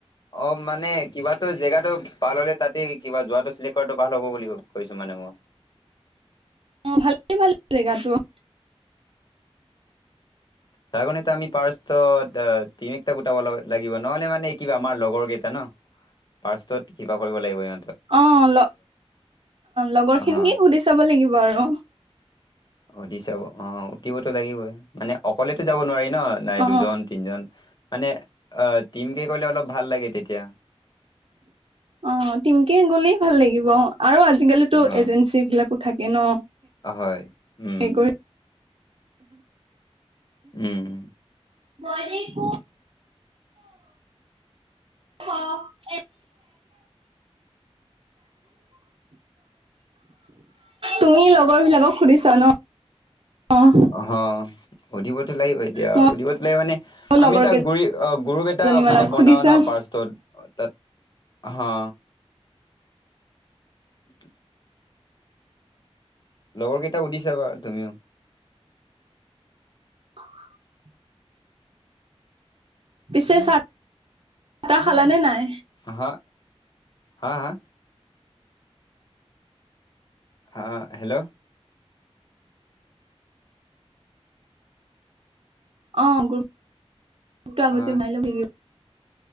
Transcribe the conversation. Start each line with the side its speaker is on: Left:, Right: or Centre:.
Left: অ', মানে কিবাটো জেগাটো ভাল হ'লে, তাতে কিবা যোৱাটো চিলেক্ট কৰাটো ভাল হ'ব বুলি ক কৈছোঁ মানে মই।
Right: অঁ, ভালেই ভাল জেগাটো।
Left: তাৰ কাৰণেটো আমি পাৰষ্টত এ তিমিক গোটাব লাগিব, নহ'লে মানে কিবা আমাৰ লগৰকেইটা ন পাষ্টট কিবা কৰিব লাগিব ইহঁত।
Right: অঁ, ল লগৰখিনিক
Left: অ
Right: সুধি চাব লাগিব আৰু।
Left: সুধি চাব, অ' উঠিবতো লাগিবই, মানে অকলেতো যাব নোৱাৰি ন। নাই,
Right: অ
Left: দুজন, তিনজন। মানে আ টিমকে গ'লে অলপ ভাল লাগে তেতিয়া।
Right: অ', টিমকে গ'লেই ভাল লাগিব আৰু আজিকালি ত
Left: অ
Right: এজেঞ্চি বিলাকো থাকে ন।
Left: হয়, উম',
Right: সেই কৰি
Left: উম'।
Right: <unintelligible> <unintelligible> তুমি লগৰ বিলাকক সুধিছা ন? অঁ।
Left: অঁ। সুধিবতো লাগিবই এতিয়া,
Right: মই
Left: সুধিবতো লাগিব মানে
Right: মোৰ
Left: আমি
Right: লগৰ
Left: এটা গুৰি অঁ গুৰুপ
Right: কেইজনী
Left: এটা
Right: মানক
Left: মানে বনাওঁ
Right: সুধি চাম
Left: ন ফাৰ্ষ্টত। তাত, হা <inaudible> লগৰকেইটাক সুধি চাবা তুমিও?
Right: <inaudible> পিছে চা- তাহ খালা নে নাই?
Left: আহা। হা, হা? হা, হেল্ল'?
Right: অঁ, গ্ৰুপ-টো আগতে
Left: অ
Right: <unintelligible>